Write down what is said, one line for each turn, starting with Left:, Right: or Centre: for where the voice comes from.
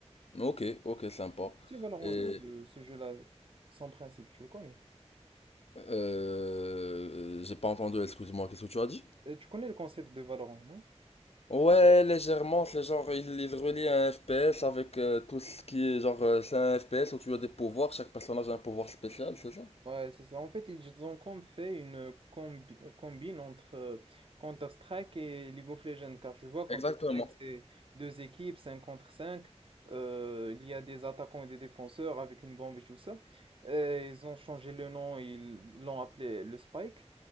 Left: Ok, ok, sympa.
Right: Tu sais, Valorant,
Left: Et
Right: ce, ce jeu-là, sans principe, tu le connais.
Left: euh, j'ai pas entendu, excuse-moi, qu'est-ce que tu as dit?
Right: Euh, Tu connais le concept de Valorant, non?
Left: Ouais, légèrement, c'est genre, il, il relie un FPS avec euh, tout ce qui est genre, euh, c'est un FPS où tu as des pouvoirs, chaque personnage a un pouvoir spécial, c'est ça?
Right: Ouais, c'est ça. En fait, ils ont comme fait une euh, combi- euh, combine entre euh, Counter-Strike et League of Legends, car je vois Counter-Strike,
Left: Exactement.
Right: c'est deux équipes, 5 contre cinq euh, il y a des attaquants et des défenseurs avec une bombe et tout ça. Et ils ont changé le nom, ils l'ont appelé le Spike,